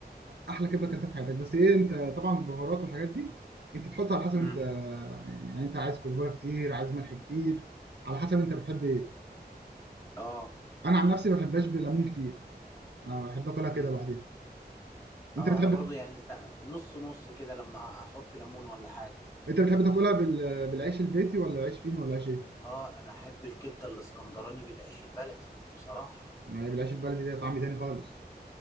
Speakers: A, on the right; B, on the left.
A: احلى كبده كلتها في حياتك بس ايه انت طبعا البهارات والحاجات دي انت تحط على حسب
B: امم
A: انت يعني انت عايز كزبره كتير عايز ملح كتير على حسب انت بتحب ايه
B: اه
A: انا عن نفسي ما بحبهاش بليمون كتير انا بحب اكلها
B: امم
A: كده لوحدها
B: اه
A: انت بتحب
B: انا برضو يعني سا- نص نص كده لما احط ليمون ولا حاجة
A: انت بتحب تاكلها بال... بالعيش البيتي ولا عيش فين ولا عيش ايه؟
B: اه انا احب الكبدة الاسكندراني بالعيش البلدي بصراحة
A: ما هي بالعيش البلدي ليها طعم تاني خالص